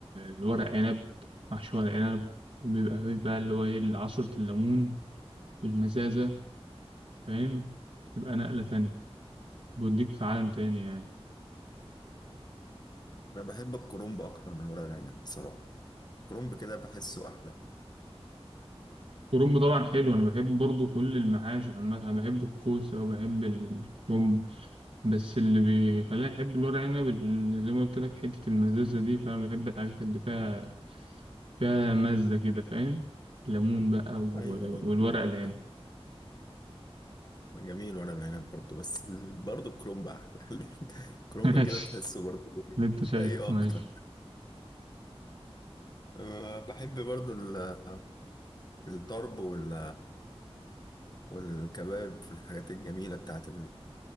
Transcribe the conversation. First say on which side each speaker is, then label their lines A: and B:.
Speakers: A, on the right; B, on the left.
A: الورق عنب محشي ورق عنب بيبقى فيه بقى اللي هو ايه عصرة الليمون والمزازة فاهم بتبقى نقلة تانية بيوديك في عالم تاني يعني
B: أنا بحب الكرنب أكتر من ورق العنب بصراحة الكرنب كده بحسه أحلى
A: الكرنب طبعا حلو انا بحب برضو كل المعاش عامة انا بحب الكوسة وبحب الكرنب بس اللي بيخليني احب الورق عنب اللي زي ما قلت لك حتة المزازة دي فانا بحب الحاجات اللي فيها فيها مزة كده فاهم ليمون بقى و-
B: أيوة أيوة
A: والورق العنب
B: آه، جميل ورق العنب برضه بس ال- برضه الكرنب أحلى <laughs> الكرنب
A: <laughs>
B: كده تحسه برضه
A: اللي انت شايف
B: تقيه
A: ماشي
B: أكتر آه، بحب برضه ال- الطرب وال- والكباب والحاجات الجميلة بتاعت